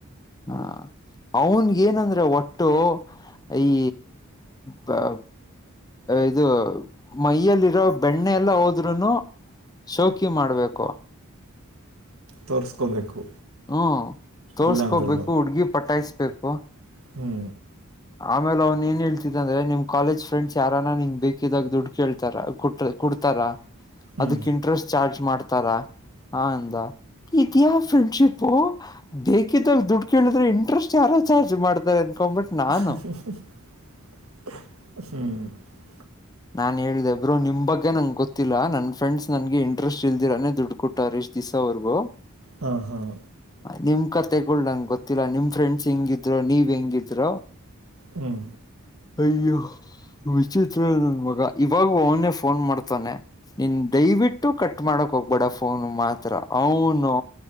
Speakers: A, on the left (about 20°); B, on the right (about 70°).
A: ಹ ಅವನ್ಗ ಏನಂದ್ರೆ ಒಟ್ಟು ಈ ಬ ಇದು ಮೈಯಲ್ಲಿ ಇರೋ ಬೆಣ್ಣೆ ಎಲ್ಲ ಹೋದ್ರುನು ಸೌಕಿ ಮಾಡ್ಬೇಕು <inaudible>
B: ತೋರಿಸ್ಕೋಬೇಕು
A: ಹ್ಮ ತೋರ್ಸ್ಕೋಬೇಕು
B: ಇಲ್ಲ ಅಂದ್ರೂ
A: ಹುಡ್ಗಿ ಪಟ್ಟಾಯಸ್ಬೇಕು
B: ಹ್ಞೂ
A: ಆಮೇಲೆ ಅವ್ನ್ ಏನ್ ಹೇತಿದ ಅಂದ್ರೆ ನಿಮ್ ಕಾಲೇಜ್ ಫ್ರೆಂಡ್ಸ್ ಯಾರಾನ ನಿಂಗ್ ಬೇಕಿದಾಗ ದುಡ್ಡು ಕೇಳ್ತಾರ ಕೊಡ್ತಾರಾ
B: ಹ್ಞೂ
A: ಅದಕ್ ಇಂಟ್ರೆಸ್ಟ್ ಚಾರ್ಜ್ ಮಾಡ್ತಾರ ಹ ಅಂದ ಇದ್ಯಾ ಫ್ರೆಂಡ್ಶಿಪ್ ಅ ಬೇಕಿದ್ದಾಗ ದುಡ್ಡು ಕೇಳಿದ್ರೆ ಇಂಟ್ರೆಸ್ಟ್ ಯಾರೋ ಚಾರ್ಜ್ ಮಾಡ್ತಾರೆ ಅನ್ಕೊಂಬಿಟ್
B: ಹ್ಮ
A: ನಾನು
B: <inaudible>
A: ನಾನ್ ಹೇಳ್ದಬ್ರು ನಿಮ್ಗ್ಗೆ ನಂಗೆ ಗೊತ್ತಿಲ್ಲಾ ನನ್ ಫ್ರೆಂಡ್ಸ್ ನನ್ಗೆ ಇಂಟ್ರೆಸ್ಟ್ ಇಲ್ದಿರಾನ ದುಡು ಕೊಟ್ಟವ್ರ ಸವರೆಗೂ
B: ಹಾಂ ಹಾಂ
A: ನಿ ಖ ತೆಗಳ್ ನಂಗಗೆ ಗೊತ್ತಿಲ್ಲ ನಿಮ್ ಫ್ರೆಂಡ್ಸ್ ಹೆಂಗಿದ್ರು ನೀವ್ ಹೆಂಗಿದ್ರೋ
B: ಹ್ಞೂ
A: ಅಯೋ ವಿಚಿತ್ರ ಇವಾಗ ಇವಾಗ ಅವನೇ ಫೋನ್ ಮಾಡ್ತಾನೆ ನೀನ್ ದಯವಿಟ್ಟು ಕಟ್ ಮಾಡಕ್ ಹೋಗ್ಬೇಡ ಫೋನ್ ಮಾತ್ರ ಅವನು